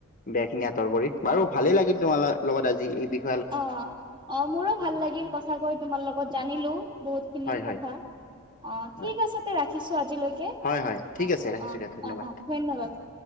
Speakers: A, on the left (about 35°); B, on the right (about 20°).
A: বেয়াখিনি আঁতৰ
B: অ
A: কৰি। বাৰু ভালেই লাগিল তোমাৰ লগত আজি এই বি
B: অ অ মোৰো ভাল লাগিল কথা কৈ তোমাৰ লগত জানিলোঁ। বহুত খিনি
A: হয় হয়
B: কথা, অ
A: হয়
B: ঠিক আছে তে ৰাখিছোঁ আজিলৈ। কে
A: হয় হয় ঠিক
B: অ
A: আছে ৰাখিছো
B: অ
A: দিয়া ধন্যবাদ
B: অ অ ধন্যবাদ।